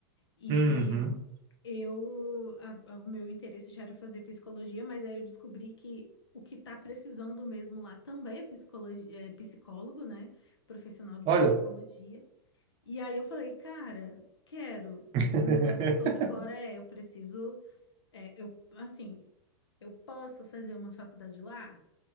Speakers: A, on the left; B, on the right.
A: E
B: Uhum.
A: eu, a- a- o meu interesse já era fazer psicologia, mas aí eu descobri que o que tá precisando mesmo lá também é, psicologi- é psicólogo, né? Profissional de
B: Olha.
A: psicologia. E aí eu falei, cara, quero.
B: <laughs>
A: O negócio todo agora é, eu preciso, é, eu, assim, eu posso fazer uma faculdade lá?